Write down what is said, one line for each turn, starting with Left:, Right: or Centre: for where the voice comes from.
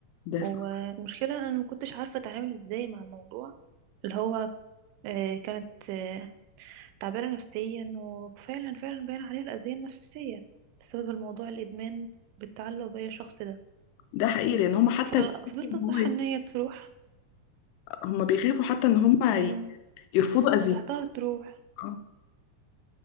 Left: ده
Right: والمشكلة
Left: صح
Right: أنا ما كنتش عارفة أتعامل إزاي مع الموضوع اللي هو آه، كانت آه، تعبانة نفسيا وفعلا فعلا باين عليها الأذية النفسية بسبب الموضوع الإدمان بالتعلق بأي شخص ده
Left: ده حقيقي لأن هم حتى
Right: ففضلت
Left: بيخافوا إن
Right: أنصحها
Left: هو يت-
Right: إن هي تروح
Left: هم بيخافوا حتى إن هم
Right: مم.
Left: ي- يرفضوا أذية
Right: نصحتها تروح
Left: اه